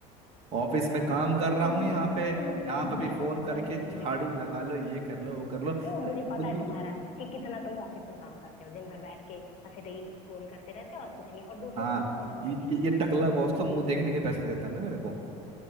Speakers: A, on the right; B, on the left.
A: ऑफिस
B: खा
A: में काम
B: लिया
A: कर रहा
B: तुमसे
A: हूँ यहाँ
B: ना
A: पे यहाँ
B: तुमसे
A: पे भी
B: बहस
A: फोन करके
B: करना
A: झाड़ू
B: ही बेकार
A: लगा
B: है
A: लो ये कर लो वो कर लो अरे
B: वो मुझे
A: खुद
B: पता है
A: भी कुछ-
B: तुम्हारा कि कितना तुम ऑफिस में काम करते हो दिन भर बैठ के बस रील स्क्रॉल करते रहते हो और कुछ नहीं और दूसरों
A: हाँ
B: को बस ऑर्डर
A: ये
B: देते
A: ये
B: रहते
A: ये
B: हो
A: टकला बॉस तो मुंह देखने के पैसे देता है ना मेरे को